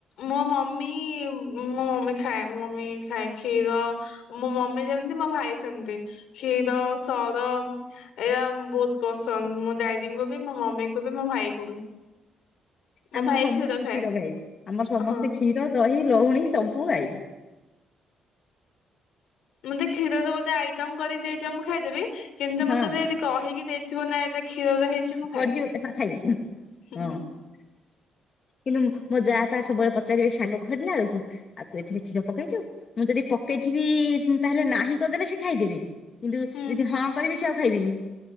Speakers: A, on the left; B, on the left.
A: ମୋ ମମି ମୋ ମମି ଖାଏ ମୋ ମମି ଖାଏ କ୍ଷୀର। ମୋ ମମି ଯେମିତି ମୋ ଭାଇ ସେମତି କ୍ଷୀର ସର ଏୟା ବହୁତ ପସ ମୋ ଡାଡିଙ୍କୁୁ ବି ମୋ ମମି କୁ ବି ମୋ ଭାଇ କୁ ବି। ମୋ
B: ଆମର
A: ଭାଇ
B: ସମସ୍ତେ
A: ଖାଏ
B: କ୍ଷୀର ଖାଇବେ। ଆମର ସମସ୍ତେ
A: ହଁ
B: କ୍ଷୀର ଦହି ଲହୁଣୀ ସବୁ ଖାଇବେ।
A: ମଁତେ କ୍ଷୀର ରେ ଗୋଟେ ଆଇଟମ କରି ଦେଇଦଅ ମୁଁ ଖାଇଦେବି କିନ୍ତୁ
B: ହଁ
A: ମତେ ଏଦି କହିକି ଦେଇଥିବ ନା କ୍ଷୀର ତ ହେଇଛି ମୁଁ
B: ପଡିଯିବ
A: ଖାଇବିନି।
B: ହଁ ଖାଇବେ ହଁ। କିନ୍ତୁ ମୋ ଜା ପା ସବୁବେଳେ ପଚାରିବେ ସାଗ ଖଡିଲା ବେଳକୁ। ଆଉ ତୁ ଏଥିରେ କ୍ଷୀର ପକେଇଛୁ ମୁଁ ଯଦି ପକେଇଥିବି ତାହେଲେ ନାହିଁ କରିଦେଲେ ସେ ଖାଇଦେବି। କିନ୍ତୁ
A: ହୁଁ
B: ଯଦି ହଁ କରିବି ସେ ଆଉ ଖାଇବିନି